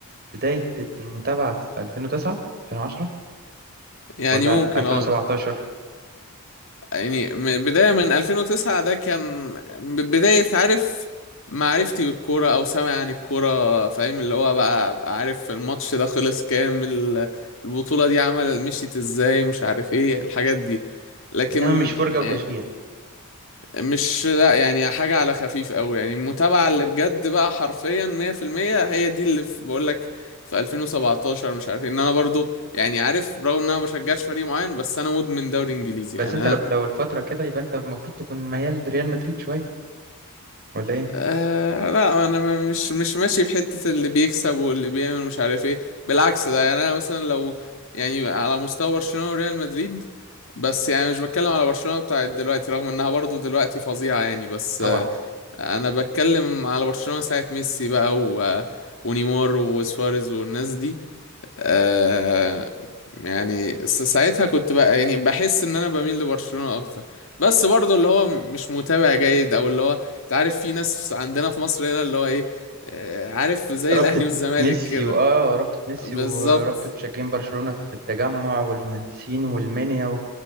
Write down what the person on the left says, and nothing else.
يعني
ممكن
اه يعني من بداية من 2009 ده كان بداية عارف معرفتي بالكورة أو سامع عن الكورة فاهم اللي هو بقى أبقى عارف الماتش ده خلص كام ال- البطولة دي عمل مشيت ازاي مش عارف ايه الحاجات دي لكن
يعني مش لا يعني حاجة على خفيف أوي يعني المتابعة اللي بجد بقى حرفيا 100% هي دي اللي في- بقولك في 2017 مش عارف ايه ان انا برضو يعني عارف رغم ان انا ما بشجعش فريق معين بس انا مدمن دوري انجليزي
يعني
آه لا انا م- مش مش ماشي بحتة اللي بيكسب واللي بيعمل مش عارف ايه بالعكس ده يعني انا مثلا لو يعني على مستوى برشلونة وريال مدريد بس يعني مش بتكلم على برشلونة بتاعت دلوقتي رغم انها برضو دلوقتي فظيعة يعني بس
آه انا بتكلم على برشلونة ساعة ميسي بقى و... ونيمار وسواريز والناس دي آه يعني س- ساعتها كنت بقى يعني بحس ان انا بميل لبرشلونة اكتر بس برضه اللي هو مش متابع جيد او اللي هو انت عارف في ناس عندنا في مصر هنا اللي هو ايه آه عارف زي
الاهلي والزمالك
كده
بالظبط